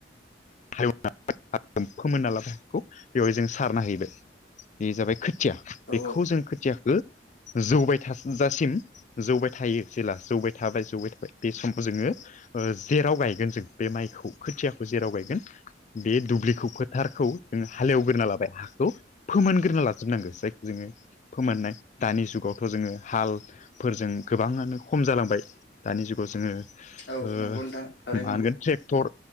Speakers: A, on the left; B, on the left.
A: हायाव फोमोनना लाबाय हाखौ बेवहाय जोंओ सारना हैबाय बे जाबाय खो थिया
B: औ
A: बेखौ
B: औ
A: जों खोथियाखो जौबाय थाजासिम जौबाय थायो जेला जौबाय थाबाय जौबाय थाबाय बे समाव जोङो ओ जेराव गायगोन जों बे माइखौ खोथियाखौ जेराव गायगोन बे दुब्लिखौ फोथारखौ जोङो हालेवग्रोना लाबाय हाखौ फोमोनग्रोना लाजोबनांगो जायखौ जोङो फोमोननाय दानि जुगावथ जोङो हालफोरजों गोबाङानो खम जालांबाय। दानि जुगाव जोङो ओ
B: औ नंगौ नोंथां थारैनो
A: मा
B: नंगौ
A: होनगोन। ट्रेक्टर